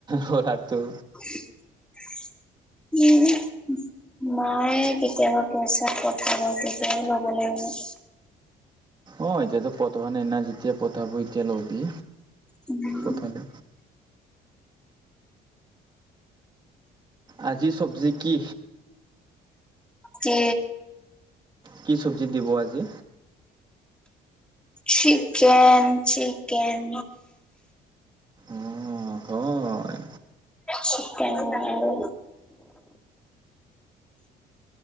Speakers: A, on the right (about 25°); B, in the centre.
A: ৰ'লাৰটো?
B: <unintelligible> মায়ে কেতিয়াবা পইচা পঠাব তেতিয়াই ল'ব লাগিব।
A: অ এতিয়াতো পঠোৱা নাই না যেতিয়া পঠাব এতিয়া ল'বি।
B: উম।
A: পঠালে আজি চব্জি কি?
B: কি?
A: কি চব্জি দিব আজি?
B: Chicken, chicken.
A: অঁ হয়
B: চিকেন আৰু